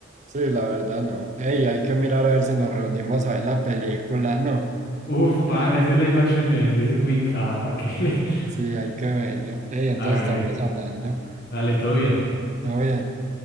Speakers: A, on the right (about 35°); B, on the left (about 50°).
A: Sí, la verdad no. Ey, hay que mirar a ver si nos reunimos a ver la película, ¿no?
B: Uf, pana, ese live action de Bendy es muy capa, que <laughs>
A: Sí, hay que verlo. Ey, entonces
B: hágale,
A: estamos hablando.
B: dale, todo bien.
A: Todo bien.